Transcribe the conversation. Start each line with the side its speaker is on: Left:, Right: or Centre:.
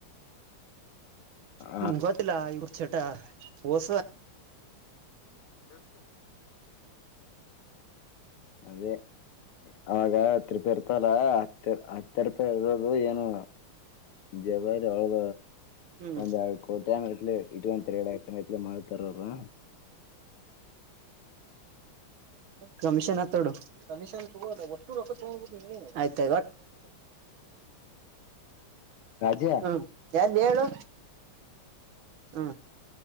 Left: ಹ
Right: ಹ್ಮ ಗೊತ್ತಿಲ್ಲ ಇವ್ರ ೋಟ ಓಸ
Left: ಹ ಅದೇ ಅವಾಗ ಹತ್ತು ೂಪಾಯಿ ಇರ್ತಲ್ಲ ಹತ್ತ ಹತ್ತ ೂಪಾಯಿ ಇರೋದು ಏನು ಜಾವರ ಹಾಗ
Right: ಹ್ಮ್
Left: ಒಂದ್ ಎರ ಕೋಟಿ ಅಂಗತ್ಲೆ ಇಟ್ ಅಂತಾರೆ ಹೇಳತಂಗತ್ಲಿ ಮಾಡ್ತಾರ್ರ
Right: ಕಮಿಷನ್ ತೊಡ ಕಮ ಆಯ್ತ್ ಹೊಟ್ಟ ತೊಂಬಂದಿಲ್ಲ ಆಯ್ತ
Left: ರಾಜ ರಾಜ
Right: ಹ್ಮ್ ಎಲ್ಲ ಹೇಳು ಹ್ಮ